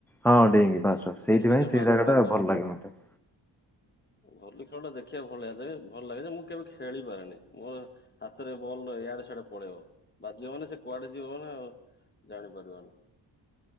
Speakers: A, in the centre; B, on the left.
A: ହଁ ଡେଇଙ୍କି
B: ଡେଇଁ
A: ବାସ ବାସ ସେଇଥିପାଇଁ
B: ଡେଇଁକି ଯୋଉ
A: ସେଇ
B: ମାଡ
A: ଜାଗା
B: ମାର
A: ଟା ଭଲ ଲାଗେ ମତେ।
B: ଭଲି ଖେଳ ଟା ଦେଖିବାକୁ ଭଲଆ ଭଲ ଲାଗେ ଯେ ମୁଁ କେବେ ଖେଳି ପାରେନି। ମୋ ହାତରେ ବଲ ଇଆଡେ ସଆଡେ ପଳେଇବ ବାଜିବ ମାନେ ସେ କୁଆଡେ ଯିବ ନା ଆଉ। ଜାଣିପାରିବନି।